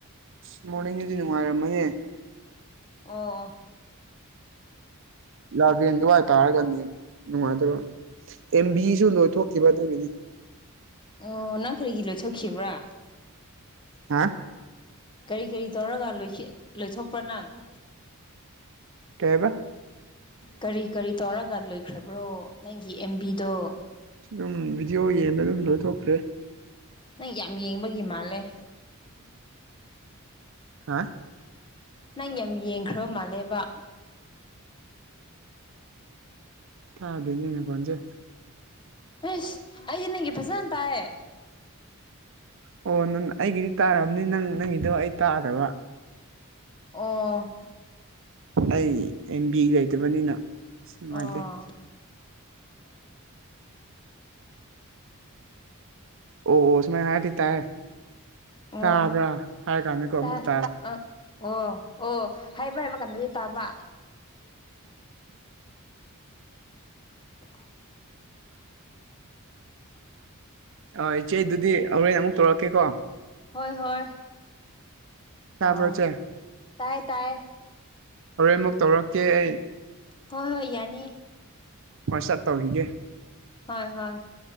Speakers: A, on the right; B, on the left.
A: ꯑꯁ ꯃꯣꯔꯅꯤꯡꯒꯤꯗꯤ ꯅꯨꯡꯉꯥꯏꯔꯝꯃꯣꯏꯍꯦ
B: ꯑꯣ ꯑꯣ
A: ꯂꯥꯕꯦꯟ ꯑꯗꯨꯋꯥꯏ ꯇꯥꯔꯒꯗꯤ ꯅꯨꯡꯉꯥꯏꯇꯕ ꯑꯦꯝ ꯕꯤ ꯁꯨ ꯂꯣꯏꯊꯣꯛꯈꯤꯕ ꯑꯗꯨꯒꯤꯅꯤ
B: ꯑꯣ ꯅꯪ ꯀꯔꯤꯒꯤ ꯂꯣꯏꯊꯣꯛꯈꯤꯕ꯭ꯔꯥ
A: ꯍꯥ
B: ꯀꯔꯤ ꯀꯔꯤ ꯇꯧꯔꯒ ꯂꯣꯏꯈꯤ ꯂꯣꯏꯊꯣꯛꯄ꯭ꯔꯥ ꯅꯪ <inaudible>
A: ꯀꯩ ꯍꯥꯏꯕ
B: ꯀꯔꯤ ꯀꯔꯤ ꯇꯧꯔꯒ ꯂꯣꯏꯈ꯭ꯔꯕ꯭ꯔꯣ ꯅꯪꯒꯤ ꯑꯦꯝꯕꯤꯗꯣ
A: ꯑꯗꯨꯝ ꯚꯤꯗꯤꯑꯣ ꯌꯦꯡꯕꯗ ꯑꯗꯨꯝ ꯂꯣꯏꯊꯣꯛꯈ꯭ꯔꯦ
B: ꯅꯪ ꯌꯥꯝ ꯌꯦꯡꯕꯒꯤ ꯃꯥꯜꯂꯦ <unintelligible>
A: ꯍꯥ
B: ꯅꯪ ꯌꯥꯝ ꯌꯦꯡꯈ꯭ꯔꯕ ꯃꯥꯜꯂꯦꯕ
A: ꯇꯥꯗꯦꯅꯦ ꯅꯈꯣꯟꯖꯦ
B: ꯑꯁ ꯑꯩꯗꯤ ꯅꯪꯒꯤ ꯐꯖꯅ ꯇꯥꯏꯌꯦ
A: ꯑꯣ ꯅꯪ ꯑꯩꯒꯤꯗꯤ ꯇꯥꯔꯝꯅꯤ ꯅꯪ ꯅꯪꯒꯤꯗꯣ ꯑꯩ ꯇꯥꯗꯕ
B: ꯑꯣ
A: ꯑꯩ ꯑꯦꯝ ꯕꯤ ꯂꯩꯇꯕꯅꯤꯅ ꯑꯁ ꯅꯨꯡꯉꯥꯏꯇꯦ
B: ꯑꯣ
A: ꯑꯣ ꯑꯣ ꯁꯨꯃꯥꯏꯅ ꯍꯥꯏꯔꯗꯤ ꯇꯥꯏ
B: ꯑꯣ
A: ꯇꯥꯕ꯭ꯔꯥ ꯍꯥꯏ ꯀꯥꯟꯗꯀꯣ ꯑꯃꯨꯛ
B: ꯇꯥꯏ
A: ꯇꯥꯕ
B: ꯑ ꯑꯣ ꯑꯣ ꯍꯥꯏꯕ ꯍꯥꯏꯕ ꯀꯥꯟꯗꯗꯤ ꯇꯥꯕ <inaudible>
A: ꯍꯣꯏ ꯏꯆꯦ ꯑꯗꯨꯗꯤ ꯍꯣꯔꯦꯟ ꯑꯃꯨꯛ ꯇꯧꯔꯛꯀꯦꯀꯣ
B: ꯍꯣꯏ ꯍꯣꯏ
A: ꯇꯥꯕ꯭ꯔꯣ
B: ꯑ
A: ꯏꯆꯦ
B: ꯇꯥꯏ ꯇꯥꯏ
A: ꯍꯣꯔꯦꯟ ꯑꯃꯨꯛ ꯇꯧꯔꯛꯀꯦ ꯑꯩ
B: ꯍꯣꯏ ꯍꯣꯏ ꯌꯥꯅꯤ
A: ꯋꯥꯆꯞ ꯇꯧꯈꯤꯒꯦ
B: ꯍꯣꯏ ꯍꯣꯏ